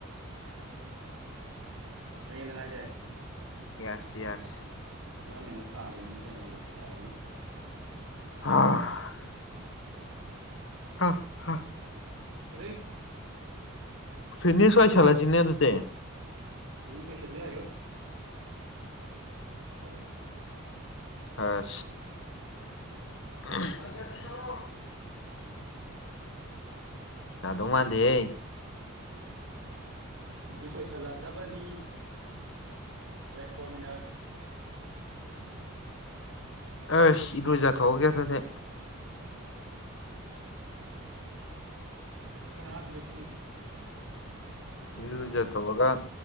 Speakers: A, on the right (about 85°); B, on the left (about 60°).
A: ꯀꯪꯗꯅ ꯍꯥꯏꯖꯦ
B: ꯌꯦꯁ ꯌꯦꯁ
A: ꯕꯥꯕ ꯃꯦꯟ ꯒꯥ ꯑꯝꯃꯥ ꯇꯥꯗꯦꯅꯦ ꯃꯁꯤ ꯑꯉꯪꯁꯦ ꯌꯔꯣꯏꯅꯦ
B: ꯑꯥ <unintelligible> <inaudible> ꯍꯥ ꯍꯥ
A: ꯀꯔꯦ
B: ꯐꯤꯅꯤꯁꯋꯥꯣꯏꯁꯂ ꯆꯅꯦꯗꯨꯗ
A: ꯏꯅꯤ ꯁꯄꯦꯁꯦꯜꯕꯤ ꯍꯥꯏꯒꯦꯔꯣ ꯋꯥ
B: ꯑ <inaudible> ꯌꯥꯗꯧ ꯃꯥꯟꯗꯦ
A: ꯗꯤ ꯁꯣꯏꯁꯤꯜꯂꯗꯕꯅꯤ ꯋꯦꯠ ꯐꯣꯔ ꯃꯤꯅꯠ <unintelligible> <inaudible>
B: ꯑꯁ ꯏꯔꯣꯏꯖꯠꯊꯣꯛꯑꯒꯦ ꯑꯗꯨꯗꯤ
A: ꯀ ꯁꯤ <unintelligible> <inaudible>
B: ꯏꯔꯨ ꯂꯨꯖꯥ ꯊꯣꯀꯥꯒꯥ